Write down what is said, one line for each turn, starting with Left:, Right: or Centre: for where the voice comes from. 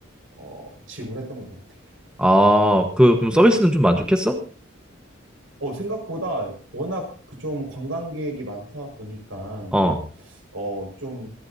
Right: 어, 지불했던 것 같아.
Centre: 아, 그, 그럼 서비스는 좀 만족했어?
Right: 어, 생각보다 워낙 그 좀 관광객이 많다 보니까
Centre: 어,
Right: 어, 좀